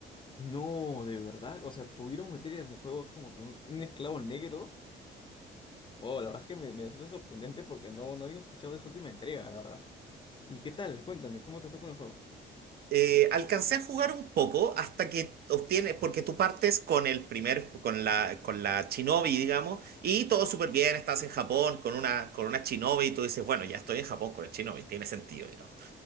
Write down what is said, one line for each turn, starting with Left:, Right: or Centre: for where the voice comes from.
Left: No, de verdad. O sea, pudieron meter en el juego como que un, un esclavo negro. Wow, la verdad es que me, me resulta sorprendente porque no, no había escuchado de esa última entrega, la verdad. ¿Y qué tal? Cuéntame, ¿cómo te fue con el juego?
Right: Eh, alcancé a jugar un poco hasta que obtienes, porque tú partes con el primer, con la, con la Shinobi, digamos, y todo súper bien, estás en Japón con una, con una Shinobi y tú dices, bueno, ya estoy en Japón con el Shinobi, tiene sentido, digamos,